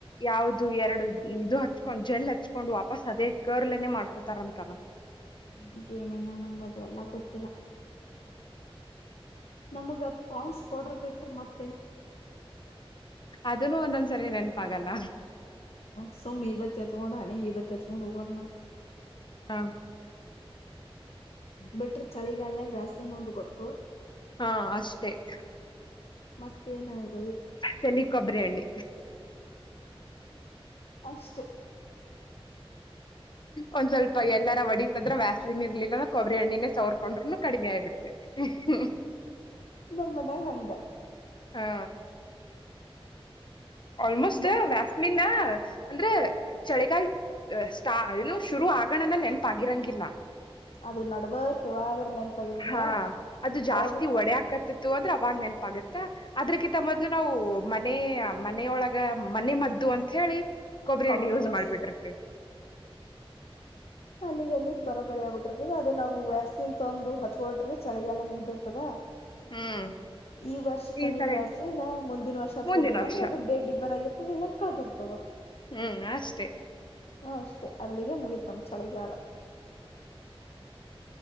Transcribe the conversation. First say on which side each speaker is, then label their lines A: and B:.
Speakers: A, on the left (about 50°); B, on the left (about 85°).
A: ಯಾವ್ದ ಇದು ಎರಡು ಇದು ಹಚ್ಕೊಂಡ್ ಜೆಲ್ ಹಚ್ಕೊಂಡು ವಾಪಸ್ ಅದೇ ಕರ್ಲೆನೆ ಮಾಡ್ಕೋತಾರಂತಲ್ಲ
B: ಹ ಏನೇನ ನಂಗದು ಎಲ್ಲಾ ಗೊತ್ತಿಲ್ಲ ನಮಗ ಪೌಂಡ್ಸ್ ಪೌಡರ್ ಬಿಟ್ರ ಮತ್
A: ಅದನ್ನು ಒಂದೊಂದ್ಸರಿ ನೆನಪಾಗಲ್ಲ
B: ಸೊ ಮೀ ಇಬತ್ತತ್ಯತ್ ಮೂಊಡ ನೀ ಇಬತ್ತತ್ಯ ಚ ಮೂಡಗ ನವು
A: ಹಾ
B: ಬಿಟ್ರಿ ಚಳಿಗಾಲನಯಾಗ ವ್ಯಾಸ್ಲಿ ನ ಒಂದು ಗೊತ್ತು
A: ಹಾ ಅಷ್ಟೇತ
B: ಮತ್ತೇಏನಾಯ್ತು
A: ಚಲ್ಲಿ ಕೊಬ್ಬರಿ್ಣಿ
B: ಅಷ್ಟೇ
A: ಒಂದ್ ಸ್ವಲ್ಪ ಎಲ್ಲಾರ ಒಡಿತಂದ್ರೆ ವ್ಯಸ್ಲಿನ ಇರ್ಲಿಲ್ಲ ಕೊಬ್ಬರಿ ಹಣ್ಣಿನೇ ಸೌರ್ ಕೊಂಡ್ರೆ ನೂ ಕಡಿಮೆ ಆಗಿಬಿಡ್ತಿತೈತಿ
B: ನಮ್ ಮನ್ಯಾಗ ಹಂಗ
A: ಹಾ ಆಲ್ಮೋಸ್ಟ್
B: ಬ
A: ವ್ಯಾಸ್ಲಿನ್ ಅಂದ್ರೆ ಚಳಿಗಾಲ ಸ್ಟಾ ಇನ್ನು ಶುರು ಆಗಂಗಣನ ನೆನಪಾಗಿರಂಗಿಲ್ಲ
B: ಅದು ನಡ್ಬರ್ಕ್ ಯಾವಾಗರ ನೆನಪಾಗಿರ್ತದ
A: ಹಾ ಅದು ಜಾಸ್ತಿ
B: ಅವಾಗ
A: ಒಡೆ ಹಕತಿತ್ತು ಅಂದ್ರೆ ಅವಾಗ ನೆನಪ ಆಗತ್ತ ಅದ್ರೆಕಿತ ಮೊದಲು ನಾವು ಮನೆ ಮನೆಯೊಳಗ ಮನಿ ಮದ್ದು ಅಂತ ಅಂತ ಹೇಳಿ ಕೊಬ್ಬರಿ
B: ಕೊಬ್ಬರೆಣ್ಣೆ
A: ಎಣ್ಣೆ ಯೂಸ್
B: ಹಚ್
A: ಮಾಡಿಬಿಟ್ಟಿರ್ತೀವಿ
B: ಅಲ್ಲಿಗೆ ಅಲ್ಲಿಗೆ ಬರಾಬರಿ ಆಗ್ಬಿಟ್ಟಿರ್ತದ ಅದು ನಾವು ವ್ಯಾಸ್ಲಿನ್ ತಂದು ಹಚ್ಕೊಟ್ರಿಗೆ ಚಳಿಗಾಲ ಮುಗ್ದಿರ್ತದ
A: ಹ್ಮ್
B: ಈ ವರ್ಷ ತಂದಿದ್ವಿ
A: ಈ ಸರಿ
B: ವ್ಯಾಸ್ಲಿನ್ ಮುಂದಿನ ವರ್ಷ ಹಚ್ಕ
A: ಮುಂದಿನ
B: ಹ್ಬೇಕಂದ್ರೆ
A: ವರ್ಷ
B: ಅದ ಡೇಟ್ ಡಿಬಾರ್ ಆಗಿರುತ್ತದ ಇಲ್ಲಂದ್ರ ಕಳೆದಿರುತ್ತ
A: ಹ್ಮ್ ಅಷ್ಟೇ.
B: ಹ ಅಷ್ಟೇ ಅಲ್ಲಿಗೆ ಮುಗೀತ್ ನಮ್ದ ಚಳಿಗಾಲ